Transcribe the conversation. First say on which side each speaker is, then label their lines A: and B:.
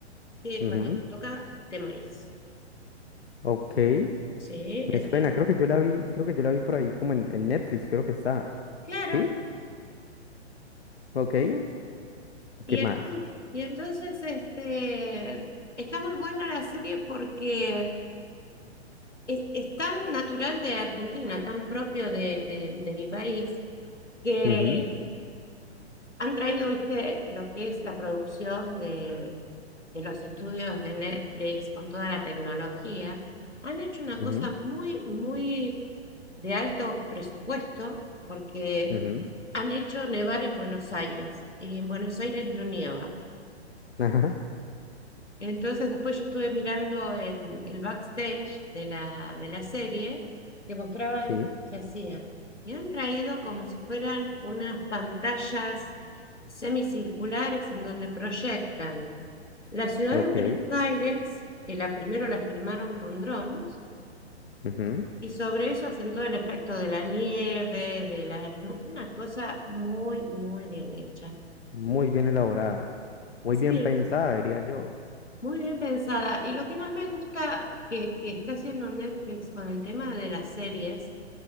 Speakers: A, on the left; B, on the left.
A: que
B: ujú,
A: cuando te toca te morís.
B: ok,
A: Sí,
B: me
A: entonces,
B: suena, creo que yo la vi, creo que yo la vi por ahí como en, en Netflix, creo que está,
A: claro,
B: ¿sí? Ok, ¿y
A: y,
B: qué más?
A: en- y entonces este, está muy buena la serie porque es, es tan natural de Argentina, tan propio de, de, de mi país, que
B: Ujú,
A: Han traído, viste, lo que es la producción de, de los estudios de Netflix con toda la tecnología. Han hecho una
B: ujú,
A: cosa muy, muy de alto presupuesto porque
B: ujú,
A: han hecho nevar en Buenos Aires y en Buenos Aires no nieva.
B: <laughs> ajá,
A: Entonces después yo estuve mirando el, el backstage de la, de la serie que mostraban
B: sí,
A: qué hacían. Y han traído como si fueran unas pantallas semicirculares en donde proyectan la ciudad
B: ok,
A: de Buenos Aires, que la primero la filmaron con drones,
B: ujú,
A: y sobre eso hacen todo el efecto de la nieve, de la... ¿no? Una cosa muy, muy bien hecha.
B: muy bien elaborada, muy
A: Sí,
B: bien pensada, diría yo,
A: Muy bien pensada. Y lo que más me gusta que, que está haciendo Netflix con el tema de las series